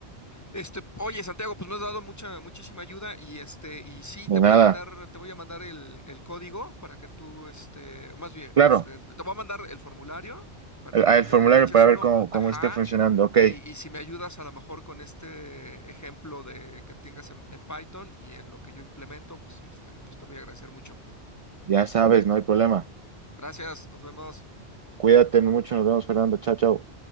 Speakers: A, on the left; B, on the right.
A: Este, oye, Santiago, pues me has dado mucha, muchísima ayuda y este, y sí,
B: De
A: te voy
B: nada.
A: a mandar, te voy a mandar el, el código para que tú, este, más bien,
B: Claro,
A: este, te, te voy a mandar el formulario para
B: el,
A: que
B: el
A: tú le,
B: formulario
A: le eches
B: para
A: un
B: ver
A: ojo,
B: cómo, cómo
A: ajá,
B: esté funcionando. Ok,
A: y, y si me ayudas a lo mejor con este ejemplo de que tengas en, en Python y en lo que yo implemento, pues este, pues te voy a agradecer mucho.
B: ya sabes, no hay problema.
A: Gracias, nos vemos.
B: Cuídate mucho, nos vemos, Fernando. Chao, chao.